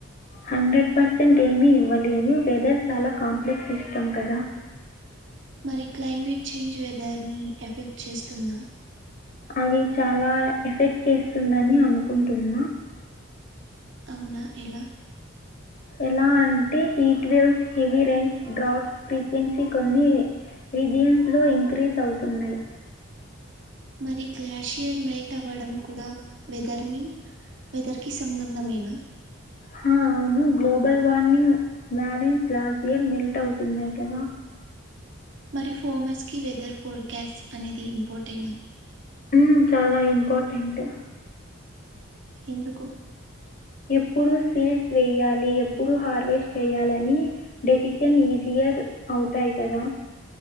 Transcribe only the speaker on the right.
మరి క్లైమేట్ చేంజ్ వెదర్ని ఎఫెక్ట్ చేస్తుందా
అవునా ఎలా
మరి గ్లాషియర్ మెల్ట్ అవ్వడం కూడా వెదర్ ని వెదర్ కి సంబంధమేనా
మరి ఫోర్మర్స్ కి వెదర్ ఫోర్కాస్ట్ అనేది ఇంపార్టెం
ఎందుకు